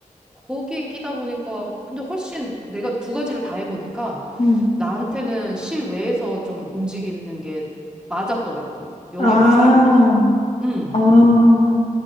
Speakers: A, in the centre; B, on the left (about 55°).
A: 거기에 끼다 보니까, 근데 훨씬 내가 두 가지를 다 해보니까
B: 음.
A: 나한테는 실외에서 좀 움직이는 게 맞았더라고. 여기
B: 아.
A: 와서 알게 됐어. 음.
B: 아.